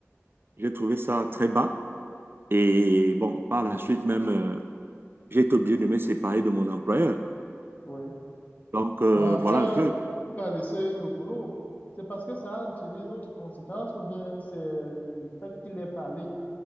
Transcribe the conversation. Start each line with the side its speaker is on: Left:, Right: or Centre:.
Right: J'ai trouvé ça très bas. Et bon, par la suite même, euh, j'ai été obligé de me séparer de mon employeur.
Left: oui.
Right: Donc, euh,
Left: Quand tu
Right: voilà
Left: as,
Right: un peu.
Left: tu as laissé le boulot, c'est parce que ça a entraîné d'autres conséquences ou bien c'est le fait qu'il ait parlé